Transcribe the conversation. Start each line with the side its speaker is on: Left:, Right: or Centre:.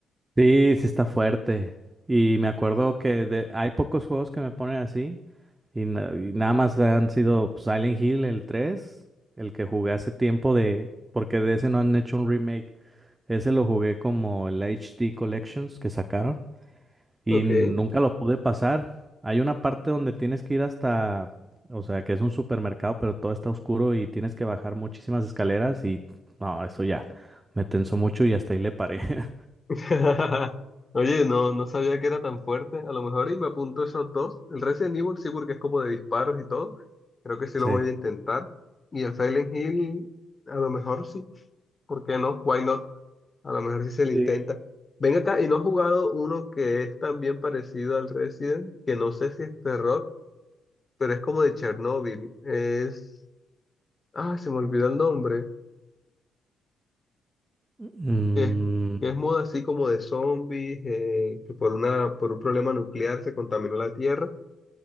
Right: Sí, sí está fuerte. Y me acuerdo que de- hay pocos juegos que me ponen así. Y, na- y nada más han sido pues, Silent Hill, el 3 el que jugué hace tiempo de... Porque de ese no han hecho un remake. Ese lo jugué como el HD Collections que sacaron y
Left: Ok.
Right: nunca lo pude pasar. Hay una parte donde tienes que ir hasta, o sea, que es un supermercado, pero todo está oscuro y tienes que bajar muchísimas escaleras y no, eso ya me tensó mucho y hasta ahí le paré. <laughs>
Left: <laughs> Oye, no, no sabía que era tan fuerte. A lo mejor y me apunto esos dos. El Resident Evil sí, porque es como de disparos y todo. Creo que sí
Right: Sí.
Left: lo voy a intentar. Y el Silent Hill, a lo mejor sí. ¿Por qué no? Why not? A lo mejor sí se le
Right: Sí.
Left: intenta. Ven acá, y no has jugado uno que es también parecido al Resident, que no sé si es terror, pero es como de Chernobyl. Es... Ah, se me olvidó el nombre.
Right: Mm,
Left: que, que es moda así como de zombies, eh, que por una, por un problema nuclear se contaminó la Tierra